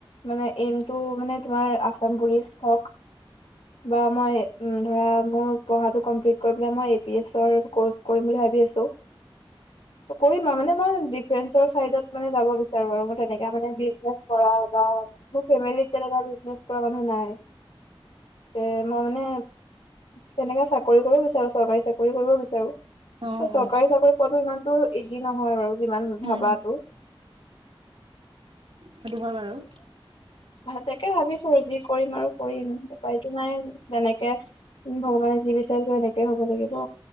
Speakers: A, on the left (about 75°); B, on the right (about 70°).
A: মানে এইমতটো মানে তোমাৰ আচাম পুলিচ হওক বা মই ধৰা মোৰ পঢ়াটো কাম্পেলিত কৰি পেলাই মই পি এইচৰ কৰ্চ কৰিম বুলি ভাবি আছো। কৰিম আউ মানে মই ডিফেন্সৰ চাইডত মানে যাব বিচাৰ ৰু তেনেকা মানে বিজনেজ কৰা বা মোৰ ফামিলিত তেনে বিজনেজ কৰা মানুহ নাই। এ মই মানে তেনেকা চাকৰি কৰিব বিচাৰো চৰকাৰী চাকৰি চাকৰি কৰিব বিচাৰো।
B: অ
A: চৰকাৰী
B: অ
A: চাকৰি পোহোৱাটো ইমান টো ইজি নহয় বাৰু যিমান ভাবাতটো।
B: উম সেইটো হয় বাৰু।
A: তাকে ভাবিছো যি কৰিম আৰু কৰিম উপায়তো নাই। তেনেকে ভগৱানে যি বিচাৰিছে হেনেকে হব লাগিব।